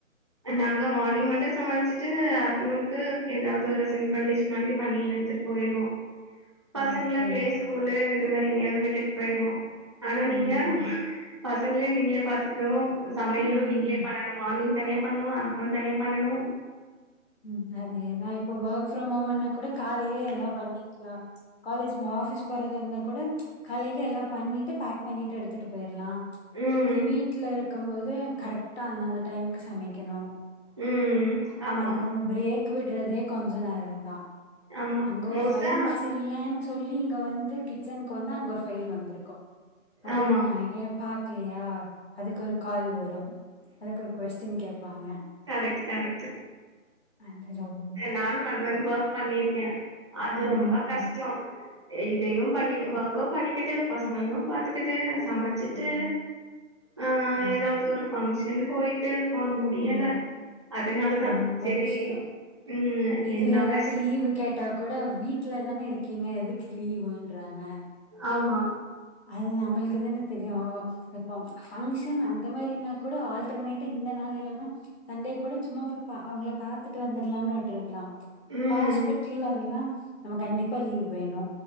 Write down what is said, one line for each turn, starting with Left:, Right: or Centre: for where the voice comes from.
Right: நாங்க மார்னிங் மட்டு சமச்சு ட்டு ஆப்டர்நூனுக்கு ஏதாவது ஒரு சிம்பிள் டிஷ் மாரி பண்ணி எடுத்துட்டு போயிருவோ பசங்கள
Left: ஓகே
Right: பிளே ஸ்கூலு இது மாரி எங்கயாவது விட்டுட்டு போயிருவோ ஆனா
Left: ம்
Right: நீங்க பசங்களே நீங்களே பாத்துக்கனு சமையலு
Left: ம்
Right: நீங்களே பண்ணனு மார்னிங் தனியா பண்ணு ஆப்ட்னுன் தனியா பண்ணனு
Left: ம் அதேதா இப்போ ஒர்க் ஃப்ரம் ஹோம்ன்னா கூட காலைலியே எல்லா பண்ணிக்கலா காலேஜ் போ ஆபீஸ் போறதா இருந்தா கூட காலைலே எல்லா பண்ணிட்டு பேக் பண்ணிட்டு எடுத்துட்டு போயிர்லா
Right: ம்
Left: இது வீட்ல இருக்கும் போது கரெக்டா அந்தந்த டைமுக்கு சமைக்கணு
Right: ம் ஆமா
Left: அது நம்ம பிரேக் விட்றதே கொஞ்ச நேரந்தா
Right: ஆமா
Left: அங்க ஒரு
Right: மோஸ்ட்டா
Left: ஃபைல்ஸ் இல்லேன் சொல்லி இங்க வந்து கிச்சனுக்கு வந்தா அங்க ஒரு ஃபையில் வந்திருக்கு அதென்ன
Right: ஆமா
Left: கேப் பாக்கலையா அதுக்கு ஒரு கால் வரும் அதுக்கு ஒரு கொஸ்டின் கேப்பாங்க
Right: கரெக்ட்டு கரெக்ட்டு
Left: அது ரொம்
Right: நானு ஒன் மன்த் ஒர்க் பண்ணிருக்கே அது
Left: ம்
Right: ரொம்ப கஷ் டோ இதையு பண்ணி ஓர்க்கு பண்ணிக்கிட்டு பசங்களையு பாத்துக்கிட்டு சம ச்சிட்டு
Left: ம்
Right: ஆ
Left: ஆமா.
Right: எதாவ்து ஒரு ஃபங்ஷன் போய்ட்டு ப்பா முடியல
Left: ம்.
Right: அதனால
Left: ரொம்ப
Right: தா செரி
Left: கஷ்டம்.
Right: ம்
Left: இதுல
Right: என்ன
Left: எதாவ்து
Right: கஷ்
Left: லீவு கேட்டா கூட வீட்ல தான இருக் கீங்க எதுக்கு லீவ்வுன்றாங்க
Right: ஆமா
Left: அது நம்மளுக்கு தான தெரியு இப்போ ஃபங்க்ஷன் அந்த மாரினா கூட ஆல்டர்னேட் இந்த நாள் இல்லன்னா சண்டே கூட சும்மா போய் பா அவுங்கள பாத்துட்டு வந்தர்லாம்னு விட்ருக்லா
Right: ம்
Left: ஹாஸ்பிட்டல் அதெல்லா நம்ம கண்டிப்பா லீவ் வேணு